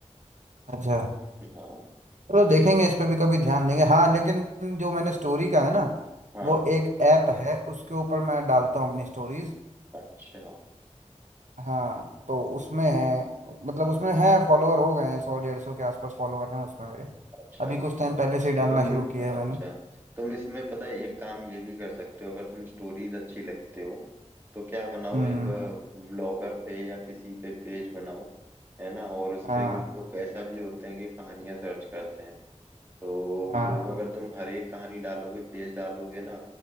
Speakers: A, on the right; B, on the right.
A: अच्छा
B: हाँ
A: चलो देखेंगे इस पे भी कभी ध्यान देंगे हाँ लेकिन जो मैंने स्टोरी का है ना
B: हाँ
A: वो एक ऐप है उसके ऊपर मैं डालता हूँ अपनी स्टोरीज
B: अच्छा
A: हाँ तो उसमें है मतलब उसमें है फॉलोअर हो गए हैं सौ डेढ़ सौ के आसपास फॉलोअर हैं उसमें मेरे
B: अच्छा
A: अभी कुछ टाइम पहले से ही डालना
B: तुम
A: शुरू किया
B: अच्छा
A: है मैंने
B: तुम इसमें पता है एक काम ये भी कर सकते हो अगर तुम स्टोरीज अच्छी लगते हो तो क्या बनाओ
A: हम्म
B: एक व्लॉगर पे या किसी पे पेज बनाओ है ना और उस
A: हाँ
B: पे कि लोग ऐसा भी होते हैं कि कहानियां सर्च करते हैं तो
A: हाँ
B: लोग अगर तुम हर एक कहानी डालोगे पेज डालोगे ना